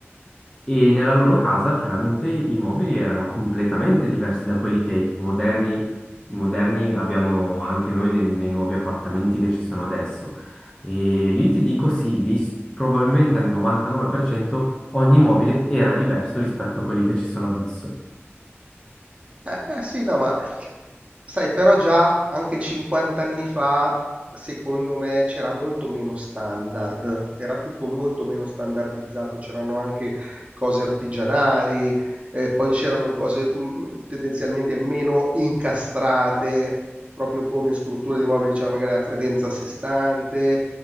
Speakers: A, on the left; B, on the right.
A: e nella loro casa chiaramente i mobili erano completamente diversi da quelli che moderni, moderni abbiamo anche noi nei, nei nuovi appartamenti che ci sono adesso. E lì ti dico sì, lì s- probabilmente al 99% ogni mobile era diverso rispetto a quelli che ci sono adesso.
B: Eh, eh, sì, no, ma sai, però già anche 50 anni fa, secondo me, c'era molto meno standard, era tutto molto meno standardizzato, c'erano anche cose artigianali, eh, poi c'erano cose mm, tendenzialmente meno incastrate, proprio come strutture di mobili, c'era magari la credenza a sé stante,